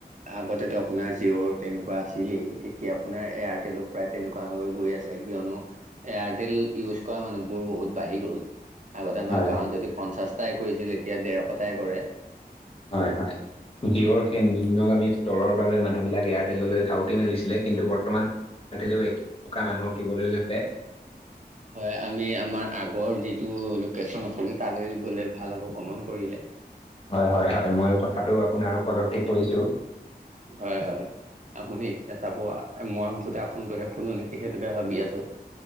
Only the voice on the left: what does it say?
হয়
হয়-হয়, যিয়ৰ সেই নিম্নগামী স্তৰৰ বাবে মানুহ বিলাকে ইয়াত হোটেললৈ ধাউতি মেলিছিলে, কিন্তু বৰ্তমান হোটলেও এসেকা মানুহক দিবলৈ লৈছে।
হয়-হয়-হয়, মইয়ো কথাটো আপোনাৰ উপলদ্বি কৰিছোঁ।